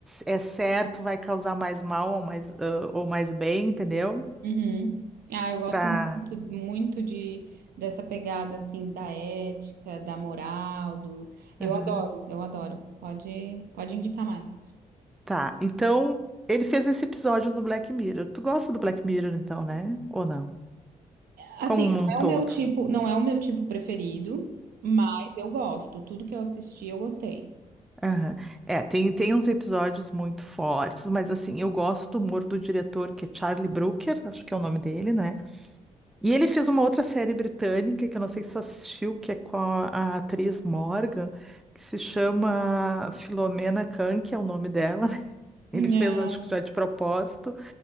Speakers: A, in the centre; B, on the right (about 70°).
A: é certo, vai causar mais mal ou mais, ah, ou mais bem, entendeu?
B: Uhum. Ah, eu gosto
A: Pra...
B: muito, muito de dessa pegada assim da ética, da moral, do eu
A: Aham.
B: adoro, eu adoro. Pode, pode indicar mais.
A: Tá, então ele fez esse episódio no Black Mirror. Tu gosta do Black Mirror, então, né? Ou não?
B: Assim,
A: Como um
B: não
A: todo.
B: é o meu tipo, não é o meu tipo preferido, mas eu gosto. Tudo que eu assisti, eu gostei.
A: Aham. É, tem, tem uns episódios muito fortes, mas assim, eu gosto do humor do diretor, que é Charlie Brooker, acho que é o nome dele, né? E ele fez uma outra série britânica, que eu não sei se você assistiu, que é com a, a atriz Morgan, que se chama Filomena Khan, que é o nome dela, né? <laughs>
B: Não.
A: Ele fez, acho que já de propósito,